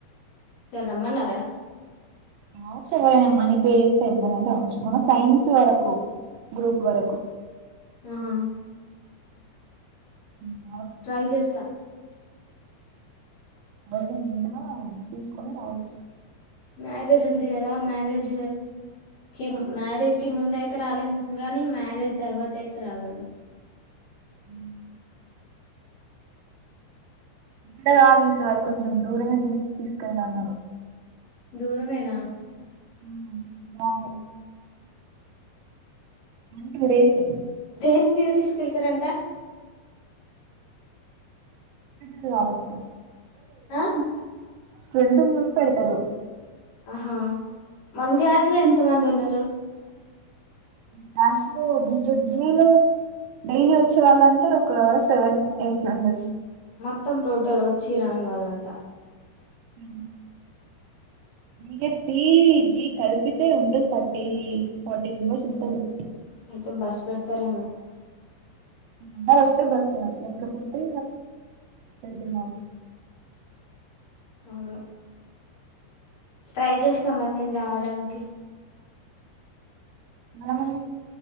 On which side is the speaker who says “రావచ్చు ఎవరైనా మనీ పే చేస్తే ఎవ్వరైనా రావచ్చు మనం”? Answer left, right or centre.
Right